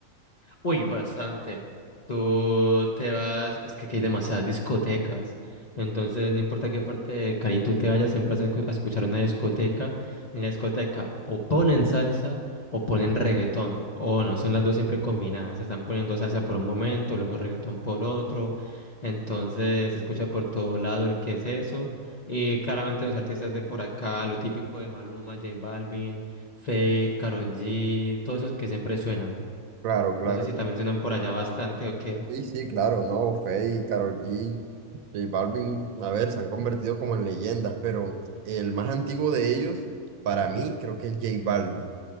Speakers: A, on the left (about 40°); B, on the right (about 75°).
A: Uy, bastante. Tú te vas, es que aquí hay demasiadas discotecas. Entonces, no importa qué parte de Cali tú te vayas, siempre vas a escu- a escuchar una discoteca. en la discoteca o ponen salsa o ponen reggaetón. O no, son las dos siempre combinadas. Se están poniendo salsa por un momento, luego reggaetón por otro. Entonces, se escucha por todo lado el qué es eso. Y claramente los artistas de por acá, lo típico de Maluma, J Balvin, Fate, Karol G, todos esos que siempre suenan.
B: Claro, claro.
A: No sé si también suenan por allá bastante o qué.
B: Sí, sí, claro, no, Feid, Karol G, J Balvin, a ver, se han convertido como en leyendas, pero el más antiguo de ellos, para mí, creo que es J Balvin,